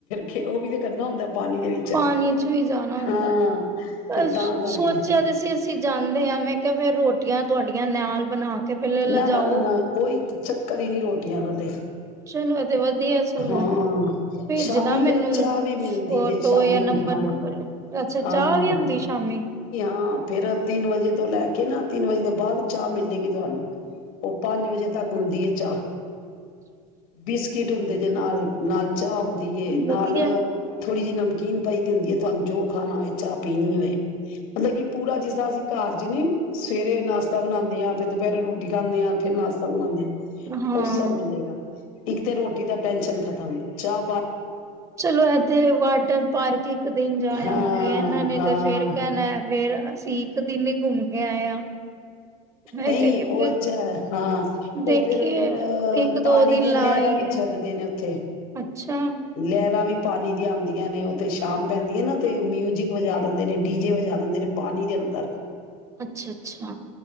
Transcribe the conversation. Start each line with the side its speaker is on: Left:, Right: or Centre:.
Left: ਫਿਰ ਉਹ ਵੀ ਤੇ ਕਰਨਾ ਹੁੰਦਾ ਪਾਣੀ ਦੇ ਵਿੱਚ
Right: ਪਾਣੀ ਚ ਵੀ ਜਾਣਾ ਹੁੰਦਾ
Left: ਹਾਂ
Right: ਬਸ
Left: ਫੇਰ ਤਾਂ ਕਰਕੇ।
Right: ਸੋਚਿਆ ਤੇ ਸੀ ਜਾਂਦੇ ਹਾਂ, ਮੈਂ ਕਿਹਾ ਫਿਰ ਰੋਟ ਰੋਟੀਆਂ ਤੁਹਾਡੀਆਂ ਨਾਲ ਬਨਾ ਕੇ ਪਹਿਲੇ ਲਿਜਾਓ
Left: ਨਾ ਨਾ ਨਾ ਨਾ, ਕੋਈ ਚੱਕਰ, ਹੀ ਨੀ ਰੋਟ ਇਆਂ ਦਾ ਤੇ
Right: ਚਲੋ ਇਹ ਤੇ ਵਧੀਆ ਸਗੋਂ
Left: ਹਾਂ
Right: ਭੇਜਦਾ
Left: ਸ਼ਾਮੀ
Right: ਮੈਨੂੰ
Left: ਫੇਰ ਚਾਹ ਵੀ ਮਿਲਦੀ,
Right: ਫੋਟੋ
Left: ਜੇ ਸ਼ਾਮੀ
Right: ਜਾਂ ਨੰਬਰ
Left: ਹਾਂ।
Right: ਨੁੰਬਰ ਅੱਛਾ ਚਾਹ
Left: ਹਾਂ
Right: ਵੀ ਹੁੰਦੀ ਸ਼ਾਮੀ?
Left: ਹਾਂ ਫੇਰ ਤਿੰਨ ਵਜੇ ਤੋਂ ਲੈ ਕੇ ਨਾ, ਤਿੰਨ ਵਜੇ ਤੋਂ ਬਾਅਦ ਚਾਹ ਮਿਲੇਗੀ ਤੁਹਾਨੂੰ। ਉਹ ਪੰਜ ਵਜੇ ਤੱਕ ਹੁੰਦੀ ਹੈ ਚਾਹ, ਬਿਸਕਿਟ ਹੁੰਦੇ ਦੇ ਨਾਲ-ਨਾਲ ਚਾਹ ਹੁੰਦੀ ਏ ਨਾਲ
Right: ਵਧੀਆ
Left: ਥੋੜ੍ਹੀ ਜ਼ੀ ਨਮਕੀਨ, ਪਾਈਦੀ ਹੁੰਦੀ ਤੁਹਾਨੁੰ ਜੋ ਖਾਣਾ ਹੋਏ ਚਾਹ ਪੀਣੀ ਹੋਏ, ਮਤਲਬ ਕਿ ਪੂਰਾ ਜਿਸ ਤਰ੍ਹਾਂ ਅਸੀਂ ਘਰ ਚ ਨੀ ਸਵੇਰੇ ਨਾਸ਼ਤਾ ਬਨਾਨੇ, ਆ ਫਿਰ ਦੁਪਿਹਰੇ ਰੋਟੀ ਖਾਂਦੇ ਹਾਂ, ਫਿਰ ਨਾਸ਼ਤਾ ਬਨਾਨੇ ਆ।
Right: ਹਾਂ
Left: ਉਹ ਸਭ ਮਿਲੇਗਾ। ਇੱਕ ਤੇ ਰੋਟੀ ਦਾ ਟੈਨਸ਼ਨ ਖਤਮ ਚਾ
Right: ਚਲੋ ਇੱਥੇ, ਵਾਟਰ ਪਾਰਕ ਇੱਕ ਦਿਨ ਜਾ
Left: ਹਾਂ
Right: ਆਵਾਂਗੇ, ਇਹਨਾਂ ਨੇ
Left: ਹਾਂ
Right: ਤੇ ਫੇਰ ਕਹਿਣਾ ਫੇਰ ਅਸੀਂ ਇੱਕ ਦਿਨ ਹੀ ਘੁੰਮ ਕੇ ਆਏ ਹਾਂ ਮੈਂ
Left: ਨਈ
Right: ਕਿਹਾ
Left: ਉਹ
Right: ਕਿਤੇ
Left: ਤੇ ਹਾਂ,
Right: ਦੇਖੀਏ
Left: ਉਹ ਫੇਰ ਅ
Right: ਇੱਕ
Left: ਪਾਣੀ
Right: ਦੋ ਦਿਨ
Left: ਦੀਆਂ
Right: ਲਾ
Left: ਲਹਿਰਾਂ
Right: ਆਈਏ
Left: ਵੀ ਛੱਡਦੇ ਨੇ ਉੱਥੇ।
Right: ਅੱਛਾ
Left: ਲਹਿਰਾਂ ਵੀ ਪਾਨੀ ਦੀਆਂ ਆਦੀਆਂ ਨੇ ਉੱਥੇ ਸ਼ਾਮ ਪੈਂਦੀ ਆ ਨਾ ਤੇ ਮਿਊਜਿਕ ਵਜਾ ਦਿੰਦੇ ਨੇ, ਡੀ ਜੇ ਵਜਾ ਦਿੰਦੇ ਨੇ, ਪਾਨੀ ਦੇ ਅੰਦਰ।
Right: ਅੱਛਾ -ਅੱਛਾ